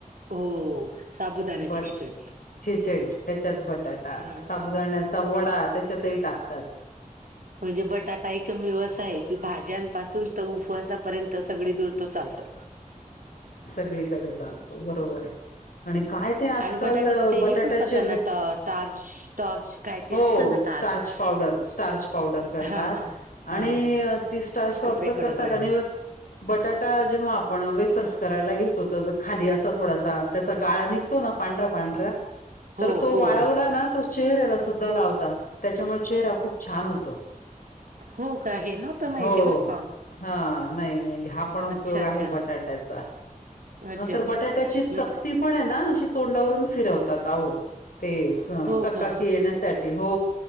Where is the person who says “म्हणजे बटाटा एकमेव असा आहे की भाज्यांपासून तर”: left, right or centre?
Right